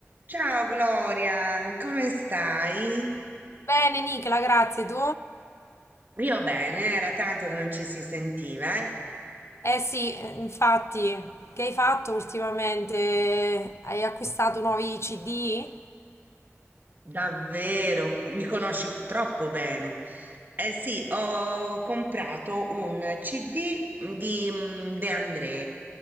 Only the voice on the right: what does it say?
Ciao Gloria, come stai?
Io bene, era tanto che non ci si sentiva, eh?
Davvero, mi conosci troppo bene. Eh sì, ho comprato un CD di mm, De André